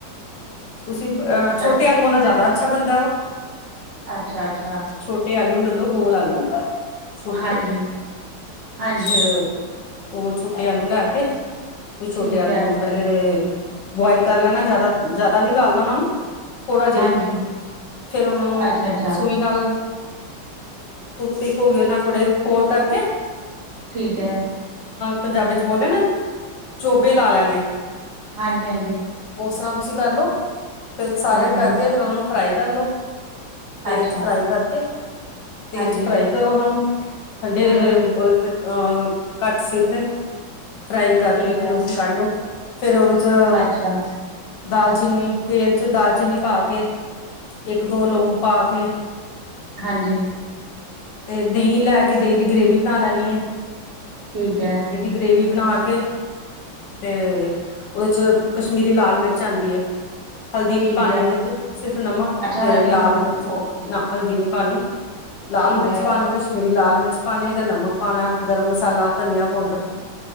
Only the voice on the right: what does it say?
ਅਸ
ਅੱਛਾ-ਅੱਛਾ
ਹਾਂਜੀ ਹਾਂਜੀ
ਠੀਕ
ਹੈ
ਹਾਂਜੀ
ਅੱਛਾ ਅੱਛਾ
ਠੀਕ ਏ
ਹਾਂਜੀ-ਹਾਂਜੀ
ਹਮ
ਅੱਛਾ
ਹਾਂਜੀ
ਹਮ
ਠੀਕ ਹੈ
ਅੱਛਾ
ਹਾਂਜੀ
ਠੀਕ ਹੈ।
ਠੀਕ
ਹੈ
ਅੱਛਾ
ਹਲਦੀ
ਨਹੀਂ ਪਾਣੀ
ਓਕੇ
ਠੀਕ
ਹੈ